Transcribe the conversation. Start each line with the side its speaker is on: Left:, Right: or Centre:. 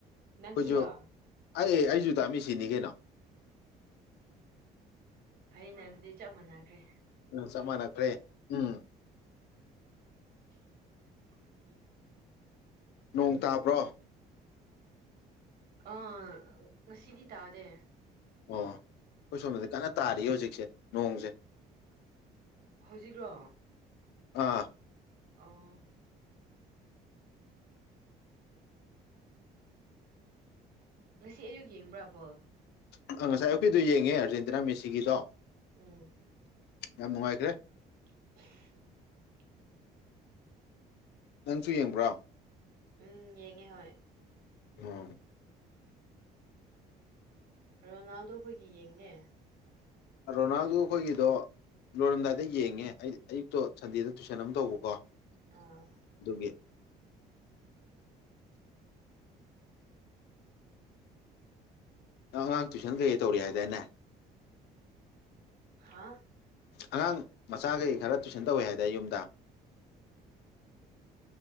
Right: ꯅꯪꯁꯨꯨꯔꯣ
Left: ꯑꯩꯈꯣꯏꯁꯨ ꯑꯩ ꯑꯩꯁꯨ ꯗꯥꯃꯦꯁꯤꯅꯤ ꯀꯩꯅꯣ
Right: ꯐꯩꯅ ꯑꯗꯨꯗꯤ ꯆꯞ ꯃꯥꯅꯈ꯭ꯔꯦ
Left: ꯑ ꯆꯞ ꯃꯥꯟꯅꯈ꯭ꯔꯦ ꯎꯝ
Right: <inaudible>
Left: ꯅꯣꯡ ꯇꯥꯕ꯭ꯔꯣ
Right: ꯑꯥ ꯉꯁꯤꯗꯤ ꯇꯥꯗꯦ
Left: ꯑꯣ ꯑꯩꯈꯣꯏ ꯁꯣꯝꯗꯗꯤ ꯀꯟꯅ ꯇꯥꯔꯤꯌꯦ ꯍꯧꯖꯤꯛꯁꯦ ꯅꯣꯡꯁꯦ
Right: ꯍꯧꯖꯤꯛꯔꯣ
Left: ꯑꯥ
Right: ꯑꯥ ꯉꯁꯤ ꯑꯌꯨꯛ ꯌꯦꯡꯕ꯭ꯔꯥ ꯕꯣꯜ
Left: ꯑꯁ ꯉꯁꯥꯏ ꯑꯌꯨꯛꯀꯤꯗꯣ ꯌꯦꯡꯉꯦ ꯑꯥꯔꯖꯦꯟꯇꯤꯅꯥ ꯃꯦꯁꯤꯒꯤꯗꯣ
Right: ꯎꯝ
Left: ꯌꯥꯝ ꯅꯨꯡꯉꯥꯏꯈ꯭ꯔꯦ
Right: <inaudible>
Left: ꯅꯪꯁꯨ ꯌꯦꯡꯕ꯭ꯔꯥ
Right: ꯎꯝ ꯌꯦꯡꯉꯦ ꯍꯣꯏ
Left: ꯎꯝ
Right: ꯔꯣꯅꯥꯜꯗꯣ ꯑꯩꯈꯣꯏꯒꯤ ꯌꯦꯡꯗꯦ
Left: ꯔꯣꯅꯥꯜꯗꯣ ꯈꯣꯏꯒꯤꯗꯣ ꯂꯣꯏꯔꯝꯗꯥꯏꯗ ꯌꯦꯡꯉꯦ ꯑꯩꯗꯤ ꯑꯌꯨꯛꯇꯣ ꯁꯟꯗꯦꯗ ꯇꯨꯏꯁꯟ ꯑꯃ ꯇꯧꯕꯀꯣ
Right: ꯑꯥ
Left: ꯗꯨꯒꯤ ꯑꯉꯥꯡ ꯇꯨꯏꯁꯟ ꯀꯩꯀꯩ ꯇꯧꯔꯤ ꯍꯥꯏꯗꯥꯏꯅꯦ
Right: ꯍꯥꯥ
Left: ꯑꯉꯥꯡ ꯃꯆꯥꯒꯩ ꯈꯔ ꯇꯨꯏꯁꯟ ꯇꯧꯋꯦ ꯍꯥꯏꯗꯥꯏ ꯌꯨꯝꯗꯥ